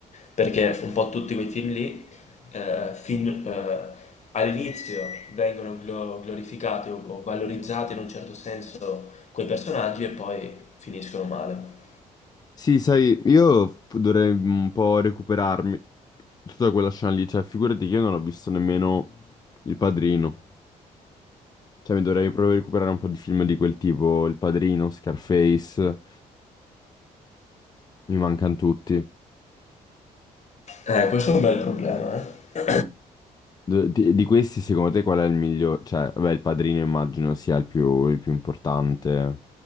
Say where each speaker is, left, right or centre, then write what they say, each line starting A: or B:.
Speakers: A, on the left (about 40°); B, on the left (about 25°).
A: perché un po' tutti quei film lì, eh, fin- eh, all'inizio vengono glo- glorificati o, o valorizzati in un certo senso quei personaggi e poi finiscono male.
B: Sì, sai, io f- dovrei un po' recuperarmi tutta quella scena lì, cioè figurati che io non ho visto nemmeno Il Padrino, cioè mi dovrei proprio recuperare un po' di film di quel tipo, Il Padrino, Scarface, mi mancano tutti.
A: Eh, questo è un bel problema, eh.
B: D- Di, di questi secondo te qual è il migliore? Cioè, vabbè, Il Padrino immagino sia il più, il più importante.